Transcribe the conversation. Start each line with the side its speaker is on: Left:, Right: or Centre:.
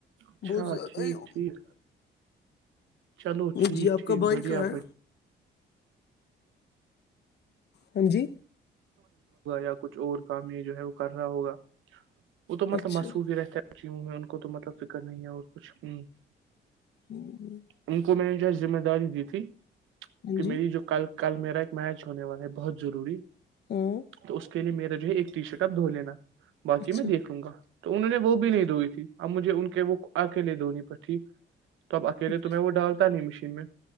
Right: اچھا
Left: بہت زیادہ
Right: ٹھیک
Left: ہی
Right: ٹھیک چلو ٹھیک
Left: جی آپ
Right: ٹھیک
Left: کا بھائی
Right: بڑھیا
Left: کہاں ہے
Right: بڑھیا
Left: ہاں جی
Right: یا کچھ اور کام یہ جو ہے وہ کر رہا ہوگا وہ تو مطلب
Left: اچھا
Right: مصروف ہی رہتا کچھیوں میں ان کو تو مطلب فکر نہیں ہے اور کچھوں
Left: ہوں
Right: ان کو میں نے جو ہے ذمہ داری دی تھی کہ
Left: جی
Right: میری جو کل کل میرا ایک میچ ہونے والا ہے بہت ضروری
Left: ہوں
Right: تو اس کے لیے میرا جو ہے ایک ٹی شرٹ آپ دھو لینا باقی
Left: اچھا
Right: میں دیکھ لوں گا تو انہوں نے وہ بھی نہیں دھوئی تھی اب مجھے ان کے وہ آکے لے دھونی پر تھی تب اکیلے
Left: اچھا
Right: تو میں وہ ڈالتا نہیں مشین میں